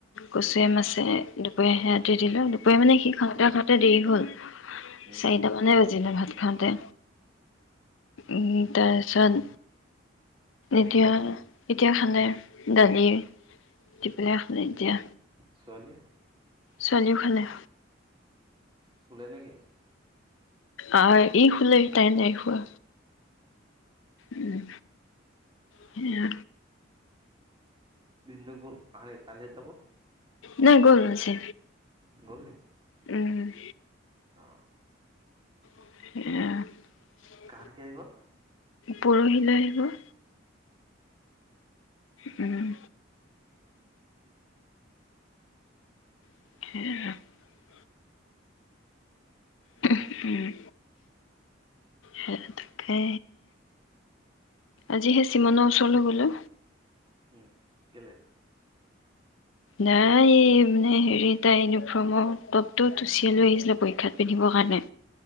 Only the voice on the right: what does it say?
উম,
খালে নাই?
ছোৱালী?
শুলে নে, কি?
ভিন্দৌ গ'ল? আহা নাই, কাইলেহে যাব।
গল নি?
অ',
কাক বিচাৰিব?
উম, কেলে?